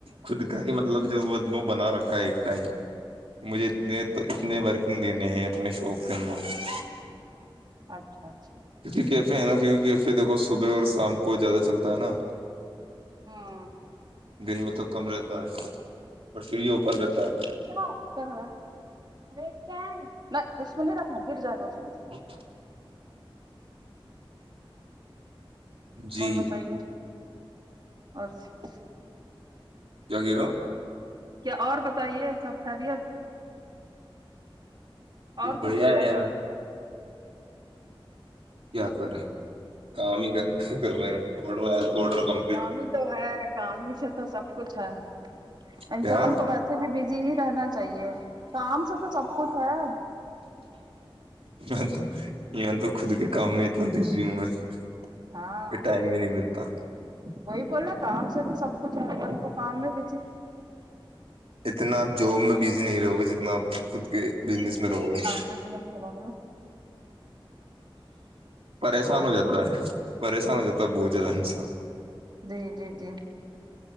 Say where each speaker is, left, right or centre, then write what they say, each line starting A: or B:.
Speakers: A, on the right; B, on the right.
A: خود کا ہی مطلب جو وہ بنا رکھا ہے ایک ٹائم مجھے نہیں تو اتنے ورکنگ دینے ہیں اپنے شاپ کے اندر <unintelligible>
B: اچھا اچھا
A: جے کیفے ہے نا کیکہ کیفے دیکو صبح اور شام کو زیادہ چلتا ہے نا
B: ہاں
A: دن میں تو کم رہتا ہے ب فری ہی اوپن رہتا ہے
B: کیاا اس میں نہیں رکھنا گر جائے گا اس میں سے
A: <inaudible> <inaudible> جی
B: اور بتائیے اور <unintelligible>
A: گیر <unintelligible>
B: کیا اور بتائیے سب خیریت
A: بہت
B: اور
A: بڑھیا
B: کچھ بتائیے
A: ہے یار کیا کر رہے کام ہی کر رہے ہیںورو کم <unintelligible>
B: کامی تو ہے کامی سے تو سب کچھ ہے انسان
A: کیا
B: کو وس <unintelligible> سے بھی بزی ہی رہنا چاہیے کام سے تو سب کچھ ہے
A: تو یہ تو خود کے کام میں اتنا بزی ہوں میں <unintelligible>
B: ہاں
A: یہ ٹائم بھی نہیں ملتا <unintelligible>
B: وہی بول رہ کام سے تو سب کچھ ہے ب کو کام میں بیچے <unintelligible>
A: اتنا آپ جاب میں بزی نہیں رہو گے جتنا آپ خود کے بزنس میں رہو گے
B: ا دس بگول <unintelligible>
A: پریشان ہو جاتا
B: نے
A: ہے پریشان ہو جاتا ہے بہت زیادہ انسان
B: جی جی جی